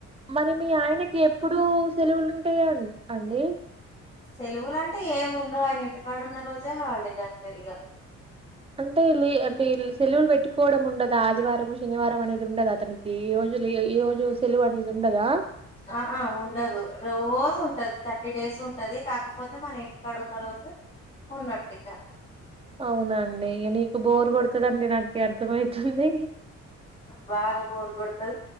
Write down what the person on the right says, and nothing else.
మరి మీ ఆయనకి ఎప్పుడూ సెలవులుంటాయి అండి
అంటే లి అంటే సెలవులు వెట్టుకోడం ఉండదా ఆదివారము శనివారం అనేది ఉండదా అతనికి ఈ రోజులు ఈ రోజు సెలువనేది ఉండదా
అవునాండి ఇగ నీకు బోరు గొడుతదండి నాకి అర్ధమైతుంది